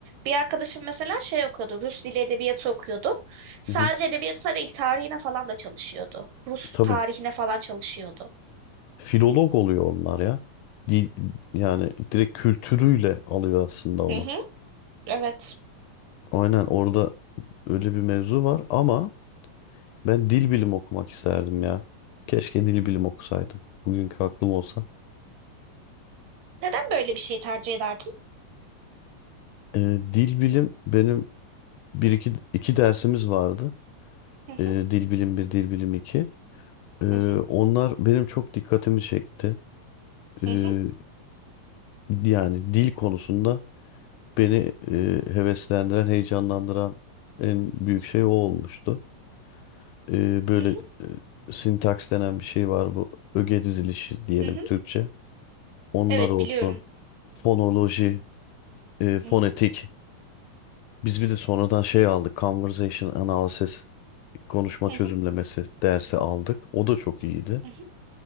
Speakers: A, on the right; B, on the left.
A: Bir arkadaşım mesela şey okuyordu. Rus dili edebiyatı okuyordu. Sadece
B: Hı hı,
A: edebiyatına değil tarihine falan da çalışıyordu. Rus
B: tabii.
A: tarihine falan çalışıyordu.
B: Filolog oluyor onlar ya. Dil, yani direkt kültürüyle alıyor aslında onu.
A: Hı hı, evet.
B: Aynen orada Öyle bir mevzu var ama ben dil bilim okumak isterdim ya. Keşke dil bilim okusaydım. Bugünkü aklım olsa.
A: Neden böyle bir şey tercih ederdin?
B: Ee, dil bilim benim bir iki, iki dersimiz vardı.
A: Hı
B: Ee,
A: hı,
B: dil bilim bir, dil bilim iki. Ee,
A: hı hı,
B: onlar benim çok dikkatimi çekti. Ee,
A: hı hı,
B: yani dil konusunda beni e, heveslendiren, heyecanlandıran en büyük şey o olmuştu. Ee, böyle
A: hı hı,
B: e, sintaks denen bir şey var bu. Öge dizilişi diyelim
A: hı hı.
B: Türkçe. Onlar
A: Evet
B: olsun.
A: biliyorum.
B: fonoloji, e, fonetik.
A: Hı hı,
B: Biz bir de sonradan şey aldık. Conversation Analysis, konuşma
A: hı
B: çözümlemesi
A: hı,
B: dersi aldık. O da çok iyiydi.
A: hı hı,